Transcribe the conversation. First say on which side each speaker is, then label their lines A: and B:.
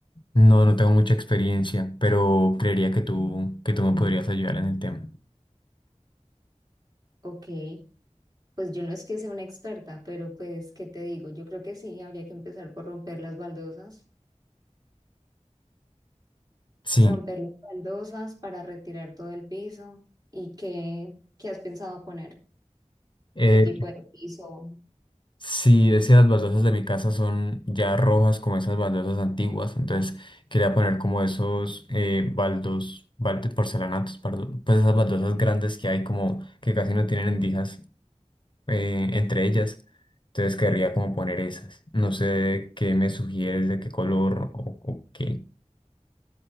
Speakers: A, on the left (about 40°); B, on the right (about 30°).
A: No, no tengo mucha experiencia, pero creería que tú, que tú me podrías ayudar en el tema.
B: Ok, pues yo no es que sea una experta, pero pues, ¿qué te digo? Yo creo que sí, habría que empezar por romper las baldosas,
A: Sí.
B: romper las baldosas para retirar todo el piso. ¿Y qué, qué has pensado poner?
A: eh,
B: ¿Qué tipo de piso?
A: Sí, es que las baldosas de mi casa son ya rojas como esas baldosas antiguas, entonces quería poner como esos eh, baldos, balde- porcelanatos, perdón, pues esas baldosas grandes que hay como que casi no tienen endijas eh, entre ellas, entonces querría como poner esas. No sé qué me sugieres, de qué color o, o qué.